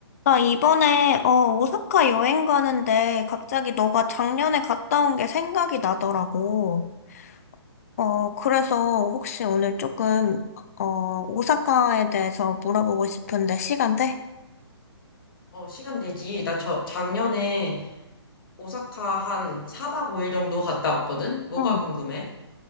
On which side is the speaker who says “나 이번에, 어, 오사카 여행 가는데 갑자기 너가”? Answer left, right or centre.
Left